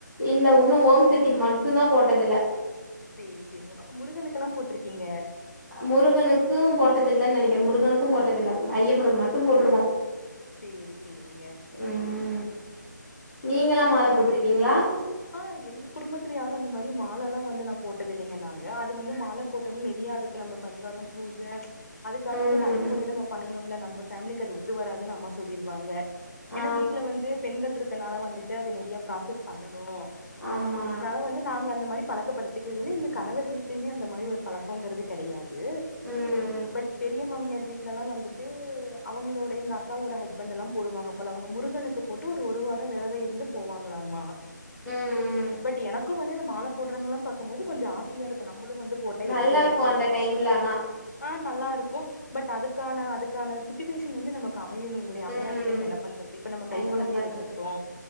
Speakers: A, in the centre; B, on the left.
A: இல்ல இன்னு ஓம்சத்திக்கு மட்டுந்தா போட்டதில்ல
B: சேரி சேரிங்க அப்ப முருகனுக்குலா போட்ருக்கீங்க
A: முருகனுக்கு போட்டதில்லன் நெனைக்கிறே முருகனுக்கு போட்டதில்ல ஐயப்பனுக்கு மட்டு போட்ருக்கோ
B: சேரி சேரிங்க
A: ம் நீங்கலா மால போட்ருக்கீங்ளா
B: ஆ எங்க குடும்பத்துல யாரு அந்த மாரி மாலலா வந்து நா போட்டதில்லைங்க நாங்க அது வந்து மால போட்டோனா நெறையா அதுக்கு நம்ம பரிகார பூஜ அதுக்கான
A: ம்
B: வந்து நடைமுறைலா நம்ம பண்ணனும்ல நம்ப ஃபேம்லிக்கு அது ஒத்து வராதுன் அம்மா சொல்லிருவாங்க
A: ஆ
B: ஏனா வீட்ல வந்து பெண்கள் இருக்கனால வந்துட்டு அது நெறைய ப்ராசஸ் பண்ணனு
A: ஆமா
B: இங்க வந்து நாங்க அந்த மாரி பழக்கப்படுத்திக்கவு இல்ல எங்க கணவர் வீட்லயுமே அந்த மாரி ஒரு பழக் கங்கிறது கெடையாது
A: ம்
B: பட் பெரிய மாமியார் வீட்லெல்லா வந்துட்டு அவுங்களோட எங்க அக்காவோட ஹஸ்பண்டெல்லா போடுவாங்க போல அவ்ங்க முருகனுக்கு போட்டு ஒரு ஒரு வார வெரத இருந்துப் போவாங்ளாமா
A: ம் ம்
B: பட் எனக்கு வந்து இந்த மால போட்றவ்ங்கலா பாக்கும் போது கொஞ்ச ஆசையா இருக்கு நம்பளு வந்து போட்டா
A: நல்லா
B: எப்டி இருக்கு
A: அந்த
B: என்ன
A: டைம்ல ஆனா
B: ஆ நல்லா இருக்கு பட் அதுக்கான அதுக்கான சுட்டுவேஷன் வந்து நமக்கு அமையணுங் இல்லையா அமையாது
A: ம்
B: அப்டின் என்ன பண்றது இப்ப நம்ம கை
A: என்ன
B: கொழந்தைய
A: பண்றது
B: வெச்சிருக்கோ